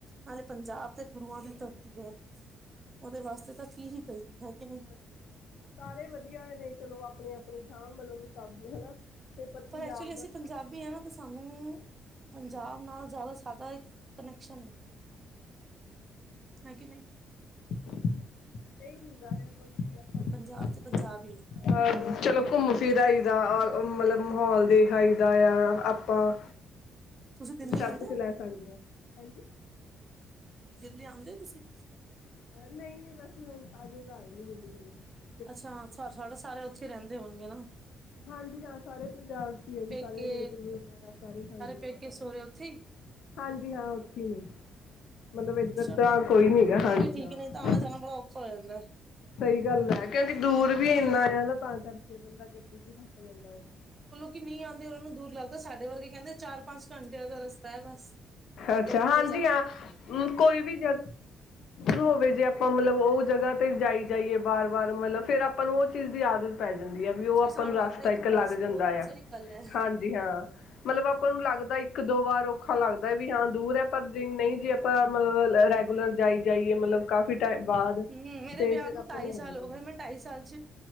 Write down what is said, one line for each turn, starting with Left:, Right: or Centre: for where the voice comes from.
Right: ਨਾਲੇ ਪੰਜਾਬ ਤੇ ਗੁਰੂਆਂ ਦੀ ਧਰਤੀ ਐ। ਉਹਦੇ ਵਾਸਤੇ ਤਾਂ ਕੀ ਹੀ ਕਹੀਏ ਹੈ ਕਿ ਨਹੀਂ।
Left: ਹਾਂਜੀ ਹਾਂ, ਸਾਰੇ ਵਧੀਆ ਨੇ ਚਲੋ, ਆਪਣੀ-ਆਪਣੀ ਥਾਂ ਮਲਬ ਸਭ ਹਨਾ। ਤੇ ਪਰ
Right: ਤੋ
Left: ਪੰਜਾਬ
Right: ਐਕਚੁਲੀ ਅਸੀਂ
Left: ਦਾ ਤਾਂ
Right: ਪੰਜਾਬੀ
Left: ਅਲੱਗ ਹੀ
Right: ਆ ਨਾ ਤੇ ਸਾਨੂੰ ਪੰਜਾਬ ਨਾਲ ਜ਼ਿਆਦਾ ਸਾਡਾ ਇਕ ਕਨੈਕਸ਼ਨ ਐ। ਹੈ ਕਿ ਨਹੀਂ।
Left: ਸਹੀ ਹੁੰਦਾ ਹੈ ਬਸ ਵੀ ਆਪਾਂ ਚਲੋ
Right: ਪੰਜਾਬ ਤੇ ਪੰਜਾਬ ਈ ਐ।
Left: ਅਹ ਚਲੋ, ਘੁੰਮ ਫਿਰ ਆਈ ਦਾ। ਮਤਲਬ ਮਾਹੌਲ ਦੇਖ ਆਈ ਦਾ ਆ। ਆਪਾਂ
Right: ਤੁਸੀਂ ਦਿੱਲੀ
Left: ਸਭ
Right: ਆਉਂਦੇ
Left: ਕੁਛ
Right: ਹੋ
Left: ਲੈ ਸਕਦੇ ਆ। ਹਾਂਜੀ।
Right: ਦਿੱਲੀ ਆਉਂਦੇ ਹੋ ਤੁਸੀਂ?
Left: ਨਹੀਂ ਵੈਸੇ ਹੁਣ ਅੱਜ ਤਾਂ ਆਏ ਨੀ ਦਿੱਲੀ ਕਦੀ।
Right: ਅੱਛਾ ਸਾਰੇ ਉੱਥੇ ਹੀ ਰਹਿੰਦੇ ਹੋਣਗੇ ਨਾ?
Left: ਹਾਂਜੀ ਹਾਂ ਸਾਰੇ ਪੰਜਾਬ ਚ ਆ ਜੀ
Right: ਪੇਕੇ
Left: ਸਾਰੇ ਸਾਰੇ ਹਾਂਜੀ
Right: ਪੇਕੇ
Left: ਹਾਂ ਸਾਰੇ।
Right: ਸੋਹੁਰੇ ਉੱਥੇ ਹੀ
Left: ਹਾਂਜੀ ਹਾਂ ਉੱਥੇ ਨੇ। ਮਤਲਬ ਇੱਧਰ
Right: ਚਲ,
Left: ਤਾਂ ਕੋਈ ਨਹੀਂ ਹੈਗਾ ਹਾਂਜੀ
Right: ਐ ਵੀ ਠੀਕ
Left: ਹਾਂ
Right: ਨੇ ਨਹੀਂ ਤਾਂ ਆਣਾ ਜਾਣਾ ਬੜਾ ਔਖਾ ਹੋ ਜਾਂਦਾ।
Left: ਸਹੀ ਗੱਲ ਐ ਕਿਉਂਕਿ ਦੂਰ ਵੀ ਇੰਨਾ ਆ ਨਾ ਤਾਂ ਕਰਕੇ ਬੰਦਾ ਗੱਡੀ ਚ ਥੱਕ ਜਾਂਦਾ ਆ।
Right: ਜਿਹੜੇ ਨਹੀਂ ਆਂਦੇ ਉਹਨਾਂ ਨੂੰ ਦੂਰ ਲੱਗਦਾ, ਸਾਡੇ ਵਰਗੇ ਕਹਿੰਦੇ ਚਾਰ ਪੰਜ ਘੰਟਿਆਂ ਦਾ ਰਸਤਾ ਐ ਬਸ।
Left: ਅੱਛਾ
Right: ਗੱਡੀ
Left: ਹਾਂਜੀ
Right: ਤੇ ਜਾ
Left: ਹਾਂ ਕੋਈ ਵੀ ਜਗ੍ਹਾ ਸ਼ੁਰੂ ਹੋਵੇ ਜੇ ਆਪਾਂ ਮਤਲਬ ਉਹ ਜਗ੍ਹਾ ਤੇ ਜਾਈ ਜਾਈਏ ਬਾਰ ਬਾਰ ਮਤਲਬ ਫੇਰ ਆਪਾਂ ਨੂੰ ਉਹ ਚੀਜ਼ ਦੀ ਆਦਤ ਪੈ ਜਾਂਦੀ ਆ ਵੀ ਉਹ
Right: ਫਿਰ
Left: ਆਪਾਂ
Right: ਸਾਨੂੰ
Left: ਨੂੰ ਰਸਤਾ
Right: ਲੱਗਦਾ ਕਿ
Left: ਇੱਕ ਲੱਗ
Right: ਬਸ
Left: ਜਾਂਦਾ
Right: ਬਹੁਤ
Left: ਆ
Right: ਸਹੀ ਗੱਲ ਹੈ।
Left: ਹਾਂਜੀ। ਜੀ ਹਾਂ ਮਤਲਬ ਆਪਾਂ ਨੂੰ ਲੱਗਦਾ ਇੱਕ ਦੋ ਵਾਰ ਔਖਾ ਲੱਗ ਵੀ ਹਾਂ ਦੂਰ ਹੈ ਪਰ ਜੇ ਨਹੀਂ ਜੇ ਆਪਾਂ ਮਤਲਬ ਰੈਗੂਲਰ ਜਾਈ ਜਾਈਏ ਮਤਲਬ ਕਾਫੀ ਟੈਮ ਬਾਅਦ
Right: ਹੂੰ ਮੇਰੇ
Left: ਤੇ
Right: ਵਿਆਹ
Left: ਫੇਰ ਆਪਾਂ
Right: ਢਾਈ
Left: ਨੂੰ
Right: ਸਾਲ
Left: ਔਖਾ ਲੱਗਦਾ।
Right: ਹੋ ਗਏ ਮੈਂ ਢਾਈ ਸਾਲ ਚ,